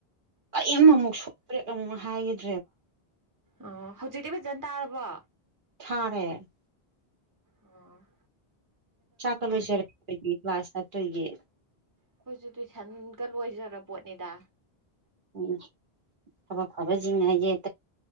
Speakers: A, on the right; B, on the right.
A: ꯀꯔꯤꯝ ꯑꯃꯨꯛ ꯁꯣꯛꯄ꯭ꯔꯦꯨ ꯍꯥꯏꯒꯗ
B: ꯑꯣ ꯍꯧꯖꯤꯛꯇꯤ ꯐꯖꯅ ꯇꯥꯔꯕꯣ
A: ꯊꯥꯔꯦ
B: ꯑ
A: ꯆꯥꯛꯀ ꯂꯣꯏꯖꯔꯦ ꯑꯩꯈꯣꯏꯗꯤ ꯀ꯭ꯂꯥꯁ ꯊꯠꯇꯣꯏꯒꯤ
B: ꯑꯩꯈꯣꯏꯁꯨ ꯇꯨꯏꯁꯟꯒ ꯂꯣꯏꯖꯔ ꯄꯣꯠꯅꯦꯗ
A: ꯎ ꯍꯥꯕ ꯐꯕ ꯆꯤꯡꯅ ꯍꯥꯏ ꯌꯦꯦ